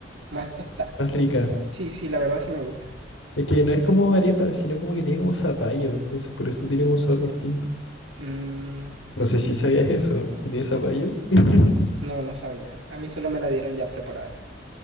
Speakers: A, on the right (about 80°); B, on the left (about 85°).
A: Más tostada.
B: más rica.
A: Sí, sí, la verdad sí me gusta.
B: Es que no es como arepa, sino como que tiene como zapallo, entonces por eso tienen un sabor distinto.
A: Mm,
B: No sé si sabías eso, que tiene zapallo. <laughs>
A: no, no sabía. A mí solo me la dieron ya preparada.